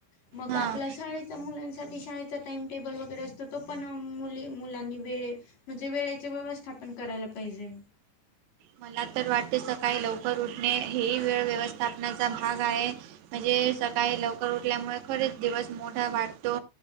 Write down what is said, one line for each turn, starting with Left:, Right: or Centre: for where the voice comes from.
Left: मग
Right: हां
Left: आप शाळेचा मुलांसाठी शाळेचा टाइम टेबल वगैरे असतो तो पण मुली मुलांनी वेळे म्हणजे वेळेचे व्यवस्थापन करायला पाहिजे
Right: मला तर वाटते सकाळी लवकर उठणे हे वेळ व्यवस्थापनाचा भाग आहे म्हणजे सकाळी लवकर उठल्यामुळे खरच दिवस मोठा वाटतो